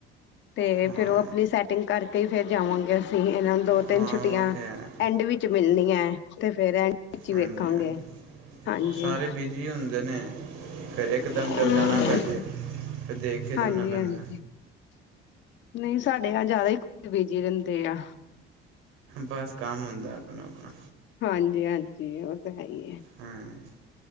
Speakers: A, on the left (about 60°); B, on the right (about 85°).
A: ਤੇ
B: ਹਾਂ
A: ਫੇਰ ਉਹ ਆਪਣੀ ਸੈਟਿੰਗ ਕਰਕੇ ਫੇਰ <unintelligible> ਇਹਨਾਂ ਨੂੰ ਦੋ-ਤਿੰਨ
B: ਹਾਂ
A: ਛੁੱਟੀਆਂ
B: ਉਹ ਤਾਂ ਹੈ
A: ਐਂਡ ਵਿੱਚ ਮਿਲਣੀਆਂ ਐ। ਤੇ ਫੇਰ ਐ ਵਿੱਚ ਹੀ
B: ਹਾਂਜੀ
A: ਵੇਖਾਂਗੇ,
B: ਹਾਂਜੀ
A: ਹਾਂਜੀ।
B: ਸਾਰੇ ਬਿਜ਼ੀ ਹੁੰਦੇ ਫਿਰ ਇਕ ਦਮ
A: ਹੂੰ
B: ਜਲ ਜਣਾਾ ਪਹਿ ਜੇ ਅਤੇ ਦੇਖ ਕੇ ਜਾਣਾ
A: ਹਾਂਜੀ-ਹਾਂਜੀ
B: ਪੈਂਦਾ
A: ਨਹੀਂ ਸਾਡੇ ਆ ਜ਼ਿਆਦਾ ਹੀ ਕੁਜ ਬੀਜੀ ਰਹਿੰਦੇ ਆ।
B: ਬਸ ਕੰਮ ਹੁੰਦਾ ਆਪਣਾ ਆਪਣਾ
A: ਹਾਂਜੀ ਹਾਂਜੀ। ਖਈਏ
B: ਹਾਂ